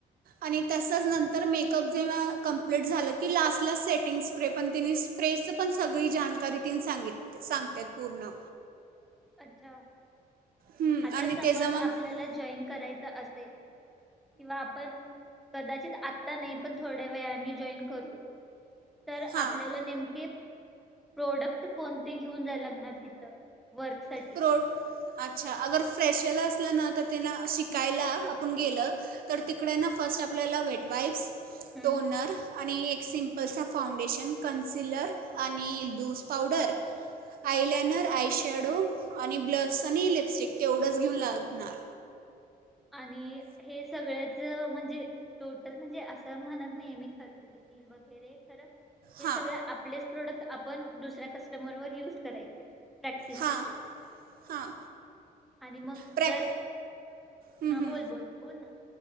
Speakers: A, on the right; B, in the centre.
A: आणि तसंच नंतर मेकअप जेव्हा कम्प्लीट झालं की लास्टला सेटिंग स्प्रे पण तिने स्प्रेचं पण सगळी जाणकारी तिने सांगित सांगतात पूर्ण
B: अच्छा
A: हम्म,
B: आता
A: आणि
B: समज
A: त्याच्यामध्ये
B: आपल्याला जॉईन करायचा असेल किंवा आपण कदाचित आत्ता नाही पण थोड्या वेळाने जॉईन करू तर
A: हां
B: आपल्याला नेमके प्रोडक्ट कोणते घेऊन जा लागणार तिथं वर्कसाठी
A: प्रो अच्छा अगर फ्रेशरला असलं ना तर ते ना शिकायला आपण गेलं तर तिकडे ना फर्स्ट आपल्याला वेट वाईप्स
B: हम्म
A: टोनर आणि एक सिम्पल्चा फाउंडेशन कन्सिलर आणि इल्डूस पावडर
B: हम्म
A: आईल्यान आयष एडु आणि ब्लस आणि लिपस्टिक ते एवढंच घेऊन लागणार
B: आणि हे सगळ म्हणजे टोटल म्हणजे असं म्हणत नाही मी खर्च कितील वगैरे खरं हे
A: हां
B: सगळ आपलेच प्रोडक्ट आपण दुसऱ्या कस्टमर वर युज करायचे प्रॅक्टिस
A: हां
B: साठी
A: हां
B: आणि मग
A: प्रॅक
B: जर
A: हं,
B: हा
A: हं.
B: बोल, बोल, बोल ना